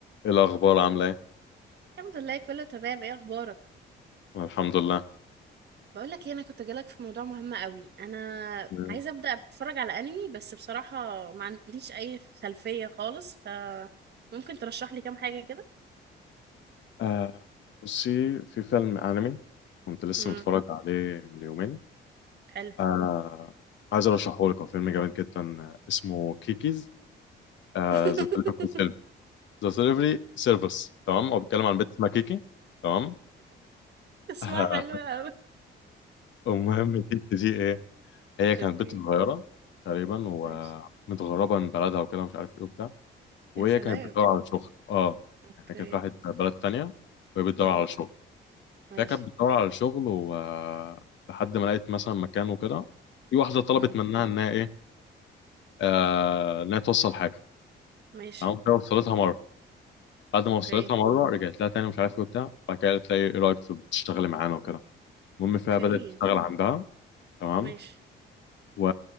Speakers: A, on the left; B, on the right.
A: ايه الاخبار عامله ايه
B: الحمد لله كله تمام ايه اخبارك
A: الحمد لله
B: بقول لك إيه، انا كنت جالك في موضوع مهم قوي انا
A: تمام.
B: عايزه ابدا اتفرج على انمي بس بصراحه ما عنديش اي خلفيه خالص ف ممكن ترشح لي كام حاجه كده
A: آه بصي في فيلم انمي كنت لسه
B: امم
A: متفرج عليه من يومين
B: حلو
A: آه عايز ارشحه لك هو فيلم جامد جدا آه، اسمه كيكيز ذا
B: <laughs>
A: دليفري سيرفيس ذا دليفري سيرفيس تمام هو بيتكلم عن بنت اسمها كيكي تمام
B: اسمها
A: <laughs>
B: حلوه قوي
A: آه المهم كيكي دي ايه هي كانت
B: اوكي
A: بنت صغيره تقريبا
B: ماشي
A: ومتغربه من بلدها وكده مش عارف ايه وبتاع وهي
B: يا سلام
A: كانت بتدور على شغل اه
B: اوكي
A: يعني كانت راحت بلد تانية وهي بتدور
B: امم
A: على شغل
B: ماشي
A: فهي كانت بتدور على شغل و لحد ما لقيت مثلا مكان وكده في واحدة طلبت
B: امم
A: منها إنها إيه آه إنها توصل حاجة
B: ماشي
A: تمام كده وصلتها مرة بعد
B: اوكي
A: ما وصلتها مرة رجعت لها تاني مش عارف إيه وبتاع بعد كده قالت لها إيه إيه رأيك تشتغلي معانا وكده المهم
B: اوكي
A: فيها بدأت تشتغل عندها تمام
B: ماشي
A: و...